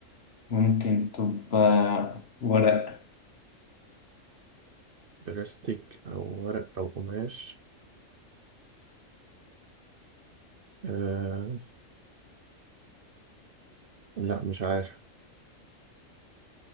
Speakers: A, on the left; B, on the right.
A: ممكن تبقى ورق
B: بلاستيك أو ورق أو قماش آه لا مش عارف